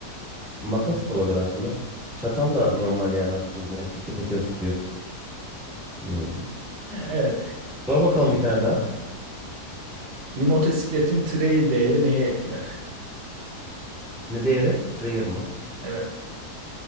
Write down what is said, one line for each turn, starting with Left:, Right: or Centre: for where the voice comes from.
Centre: Makas da olabilir aslında. Çatal da normal yani aslında. İki iki tekeri tutuyor. Hmm.
Right: Yani evet.
Centre: Sor bakalım bir tane daha.
Right: Bir motosikletin trail değeri neye etkiler?
Centre: Ne değeri? Trayer mı?
Right: Evet.